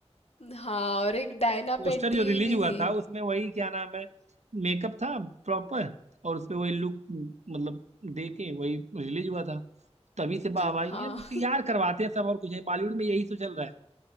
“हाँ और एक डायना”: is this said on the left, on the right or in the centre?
Left